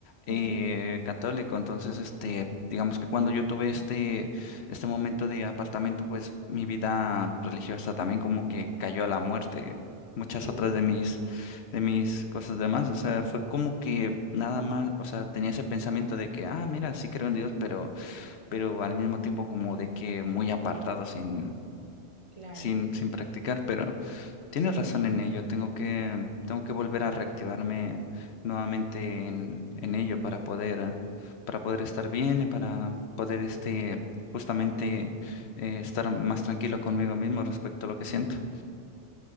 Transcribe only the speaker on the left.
eh,
católico, entonces este, digamos que cuando yo tuve este, este momento de apartamento, pues mi vida religiosa también como que cayó a la muerte. Muchas
otras de mis de mis cosas demás. O sea, fue como que nada más, o sea, tenía ese pensamiento de que, ah, mira, sí creo en Dios, pero, pero al mismo tiempo como
de que muy apartado sin,
sin, sin practicar. Pero tienes razón en ello, tengo que, tengo que volver a reactivarme nuevamente en, en ello para poder, ah, para poder estar bien y para poder este justamente eh, estar más tranquilo conmigo mismo respecto a lo que siento.